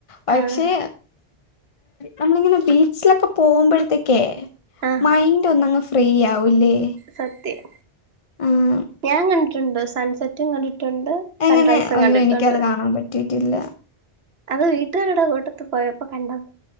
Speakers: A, on the left; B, on the right.
A: പക്ഷേ
B: ആഹ്
A: നമ്മളിങ്ങനെ ബീച്ചിലൊക്കെ പോവുമ്പോഴെത്തേക്കെ
B: ആഹ്
A: മൈൻഡൊന്നങ്ങ് ഫ്രീ ആവൂല്ലേ?
B: സത്യം,
A: ആഹ്
B: ഞാൻ കണ്ടിട്ടുണ്ട് സൺസെറ്റും കണ്ടിട്ടുണ്ട്
A: എങ്ങനെ?
B: സൺറൈസും
A: അയ്യോ
B: കണ്ടിട്ടുണ്ട്
A: എനിക്കത് കാണാൻ പറ്റിട്ടില്ല.
B: അത് വീട്ടുലുള്ളോരേ കൂട്ടത്ത് പോയപ്പോ കണ്ടത.